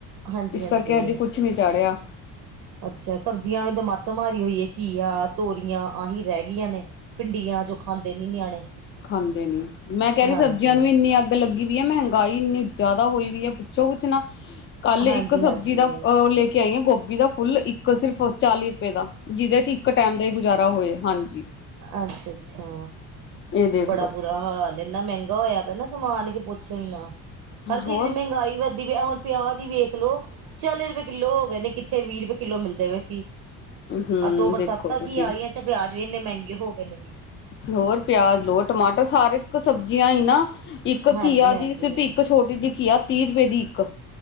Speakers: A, on the right; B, on the left.
A: ਹਾਂਜੀ
B: ਇਸ
A: ਹਾਂਜੀ।
B: ਕਰਕੇ ਅਜੇ ਕੁਛ ਨਹੀਂ ਚਾੜਿਆ।
A: ਅੱਛਾ, ਸਬਜ਼ੀਆਂ ਵੀ ਮੱਤ ਮਾਰੀ ਹੋਈਏ, ਘੀਆ, ਤੋਰੀਆਂ ਆਹੀ ਰਹਿ ਗੀਆਂ ਨੇ। ਭਿੰਡੀਆਂ, ਜੋ ਖਾਂਦੇ ਨੀ ਨਿਆਣੇ।
B: ਖਾਂਦੇ ਨੀ, ਮੈਂ ਕਹਿ ਰਹੀ
A: ਹਾਂਜੀ।
B: ਸਬਜ਼ੀਆਂ ਨੂੰ ਇੰਨੀ ਅੱਗ ਲੱਗੀ ਪਈਆ, ਮਹਿੰਗਾਈ ਇੰਨੀ ਜ਼ਿਆਦਾ ਹੋਈ ਵੀ ਹੈ, ਪੁੱਛੋ ਕੁਛ ਨਾ, ਕੱਲ
A: ਹਾਂਜੀ
B: ਇੱਕ ਸਬਜ਼ੀ
A: ਹਾਂਜੀ
B: ਦਾ ਅਹ ਲੇਕੇ ਆਈ ਆਂ, ਗੋਭੀ ਦਾ ਫੁੱਲ ਇੱਕ ਸਿਰਫ ਚਾਲੀ ਰੁਪਏ ਦਾ ਜੇਦੇ ਚ ਇੱਕ ਟਾਈਮ ਦਾ ਈ ਗੁਜ਼ਾਰਾ ਹੋਏ, ਹਾਂਜੀ।
A: ਅੱਛਾ-ਅੱਛਾ।
B: ਇਹ ਦੇਖ
A: ਬੜਾ
B: ਲੋ
A: ਬੁਰਾ ਹਾਲ ਏਨਾ ਮੈਂਗਾ ਹੋਯਾ ਪੇਆ ਨਾ ਸਮਾਨ ਕਿ ਪੁੱਛੋ ਈਨਾ। ਹਰ ਚੀਜ
B: ਹੋਰ
A: ਦੀ ਮੈਂਗਾਈ ਵੱਧੀ ਪਈਆ, ਹੁਣ ਪਿਆਜ ਈ ਵੇਖਲੋ, ਚਾਲੀ ਰਪੇ ਕਿੱਲੋ ਹੋ ਗਏ ਨੇ ਕਿੱਥੇ ਵੀਹ ਰੁਪਏ ਕਿੱਲੋ ਮਿਲਦੇ ਪਏ ਸੀ।
B: ਹਮ
A: ਆ ਦੋ ਬਰਸਾਤਾਂ
B: ਦੇਖੋ ਤੁਸੀਂ
A: ਕੀ ਆਈਆਂ 'ਚ' ਪਿਆਜ ਵੀ ਇੰਨੇ ਮਹਿੰਗੇ ਹੋ ਗਏ ਨੇ ਜੀ।
B: ਹੋਰ ਪਿਆਜ ਲੋ, ਟਮਾਟਰ ਸਾਰ ਇੱਕ ਸਬਜ਼ੀਆਂ ਈਂ ਨਾ ਇੱਕ
A: ਹਾਂਜੀ-ਹਾਂਜੀ।
B: ਘੀਆ ਦੀ ਸਿਰਫ ਇੱਕ ਛੋਟੀ ਜੀ ਘੀਆ ਤੀਹ ਰੁਪਏ ਦੀ ਇੱਕ।